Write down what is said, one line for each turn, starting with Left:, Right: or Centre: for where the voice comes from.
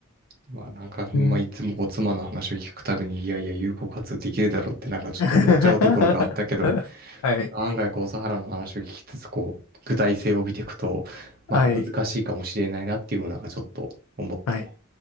Right: まあなんかほんまいつもこう妻の話を聞くたびに、
Left: うん。
Right: いやいや有効活用できるだろうってなんかちょっと思っちゃうところがあったけど、
Left: <laughs> はい。
Right: 案外こうサハラの話を聞きつつ、こう具体性を帯びていくと、まあ難しいかもしれないなっていうのがちょっと思ったね。
Left: はい。はい。